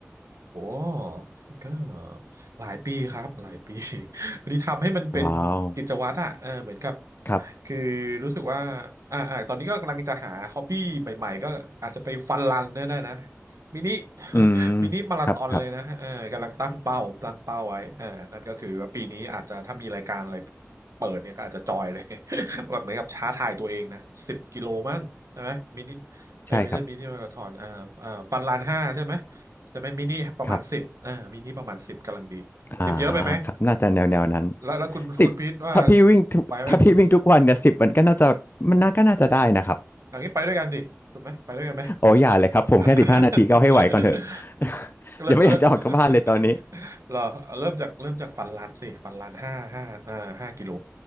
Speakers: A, on the right; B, on the left.
A: โอ้ก็หลายปีครับหลายปี <laughs> พอดีทำให้มันเป็นกิจวัตรอ่ะเออเหมือนกับ
B: ว้าวครับ
A: คือรู้สึกว่าอ่าอ่าตอนนี้ก็กำลังจะหาฮอบบี้ใหม่ๆก็อาจจะไปฟันรันได้ได้นะมินิ <laughs>
B: อืม
A: มินิมาราธอนเลยนะเออกำลังตั้งเป้าตั้งเป้าไว้เออนั่นก็คือว่าปีนี้อาจจะถ้ามีรายการอะไร
B: ครับครับ
A: เปิดเนี่ยก็อาจจะจอยเลย <laughs> แบบเหมือนกับท้าทายตัวเองนะสิบกิโลมั้งใช่ไหมมินิเอ้ยไม่ใช่มินิมาราธอนอ่าอ่าฟันลันห้าใช่ไหม
B: ใช่ครับ
A: แต่เป็นมินิประมาณสิบเออมินิประมาณสิบกำลังดีสิบเยอะไปไหม
B: ครับอ่าครับ น่าจะแนวแนวนั้น
A: แล้วแล้วคุณคุณพีทว่า
B: สิบถ้าพี่วิ่งทุกถ้าพี่วิ่งทุกวันเนี่ยสิบมันก็น่าจะมันน่าก็น่าจะได้นะครับ
A: ไปไหมคุณอันนี้ไปด้วยกันดิถูกไหมไปด้วยกันไหม <laughs>
B: โอ้อย่าเลยครับผมแค่สิบห้านาทีก็เอาให้ไหวก่อนเถอะ <laughs>
A: เริ่มเริ่ม
B: ยังไม่อยากจะออกจากบ้านเลยตอนนี้
A: <laughs> เหรอเริ่มจากเริ่มจากฟันรันสิฟันรันห้าห้าเอ่อห้ากิโล